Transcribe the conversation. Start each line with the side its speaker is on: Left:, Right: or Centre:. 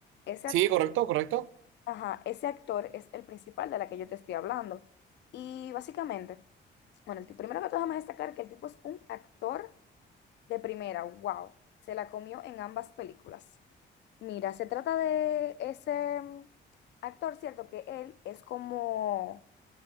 Left: ese
Right: Sí,
Left: actor,
Right: correcto, correcto.
Left: ajá, ese actor es el principal de la que yo te estoy hablando. Y básicamente, bueno, el ti- primero que todo, déjame destacar que el tipo es un actor De primera, wow, se la comió en ambas películas. Mira, se trata de ese mm, actor, ¿cierto? Que él es como